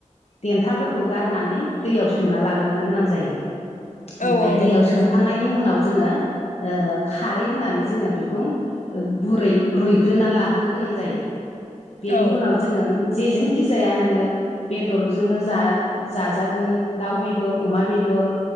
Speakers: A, on the left; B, on the left.
A: देन्थाफोरखौ गारनानै दैयाव सोमना लाग्रोनो गोनां जायो। ओमफ्राय
B: औ औ
A: दैयाव
B: नंगौ नोंथां
A: सोमखांनायनि उनाव जोंङो खारै होनानै जोंङो बेखौ गुरै रुइग्रोना लाहोनो गोनां जायो। बेनि
B: औ
A: उनाव जोंङो जेजोंखि जाया नोंङो बेदरजोंनो जाजागोन दाउ बेदर अमा बेदर-'